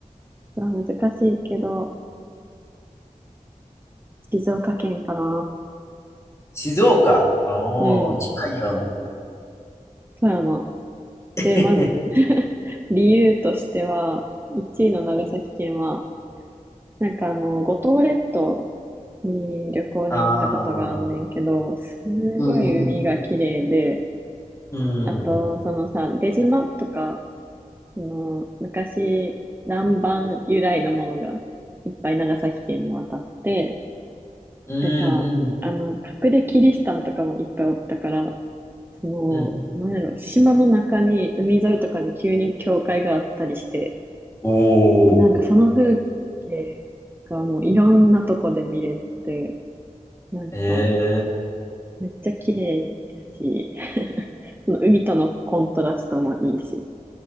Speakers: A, on the right (about 15°); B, on the left (about 20°).
A: 難しいけど、静岡県かな。
B: 静岡。おー、
A: うん、
B: 近いよ。
A: 富山
B: <laughs>
A: で、まず、<laughs> 理由としては、1位の長崎県は、なんかあの、五島列島に旅行に行ったことがあんねんけど、
B: ああ、
A: すごい海が綺麗で、
B: うんうんうん。
A: あと、
B: うん、
A: そのさ、出島とか、その、昔、南蛮由来のものがいっぱい長崎県に渡って、
B: うん
A: でさ、あの、隠れキリシタンとかもいっぱいおったから、その、
B: うん、うん。
A: なんやろ、島の中に、海沿いとかに急に教会があったりして、
B: おー、
A: なんかその風景がもういろんなとこで見れて、なんか
B: えー、
A: めっちゃ綺麗やし、その海とのコントラストもいいし。